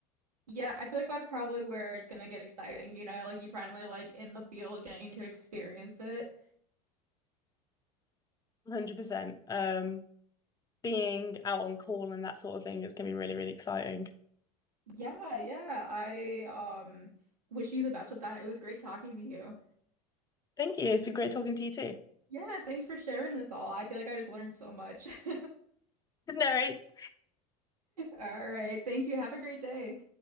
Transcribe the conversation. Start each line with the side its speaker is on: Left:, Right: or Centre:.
Right: Yeah, I feel like that's probably where it's gonna get exciting, you know, like you finally like in the field getting to experience it.
Left: 100%. Um, being out on call and that sort of thing, it's going to be really, really exciting.
Right: Yeah, yeah. I um wish you the best with that. It was great talking to you.
Left: Thank you. It's been great talking to you too.
Right: Yeah, thanks for sharing this all. I feel like I just learned so much. <laughs>
Left: <laughs> No worries.
Right: All right. Thank you. Have a great day.